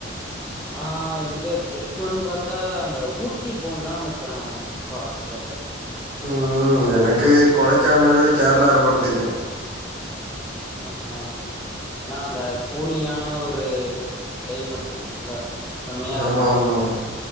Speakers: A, in the centre; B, on the right (about 30°).
A: ஆ இங்க ட்ரிப்புன்னு பாத்தா அந்த ஊட்டி போணு தா மச்சான் ரொம்ப ஆசையா இருக்கு
B: ம் எனக்கு கொடைக்கானல் கேரளா ரொம்ப பிடிக்கும்
A: ஆ ஆ ஏன்னா அந்த கூலிங்கான ஒரு கிளைமேட் இருக்கும்ல செமையா
B: ஆமா
A: இருக்கு
B: ஆமா